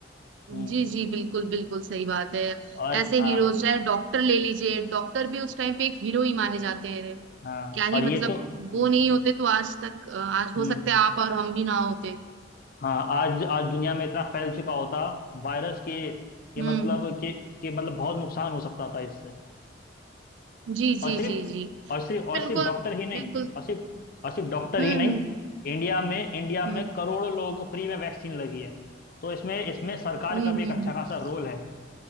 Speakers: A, on the left; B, on the right.
A: हम्म
B: जी जी बिल्कुल बिल्कुल सही बात है
A: और
B: ऐसे
A: आ,
B: हीरोज चाहे डॉक्टर ले लीजिए डॉक्टर भी उस टाइम पे एक हीरो ही माने जाते हैं
A: हाँ
B: क्या
A: और
B: ही मतलब
A: ये तो हम्म
B: वो नहीं होते तो आज तक अ, आज
A: हम्म,
B: हो सकता है आप और हम भी ना होते
A: हाँ आज आज दुनिया में इतना फैल चुका होता वायरस के के
B: हम्म
A: मतलब
B: हम्म, हम्म।
A: के के मतलब बहुत नुकसान हो सकता था इससे
B: जी
A: और
B: जी
A: सिर्फ
B: जी जी
A: और सिर्फ और
B: बिल्कुल
A: सिर्फ डॉक्टर ही नहीं
B: बिल्कुल
A: और सिर्फ और सिर्फ डॉक्टर
B: हम्म
A: ही नहीं
B: हम्म
A: इंडिया में इंडिया में
B: हम्म
A: करोड़ों लोगों को फ्री में वैक्सीन लगी है तो इसमें इसमें सरकार
B: हम्म
A: का
B: हम्म,
A: भी एक
B: हम्म,
A: अच्छा
B: हम्म।
A: खासा रोल है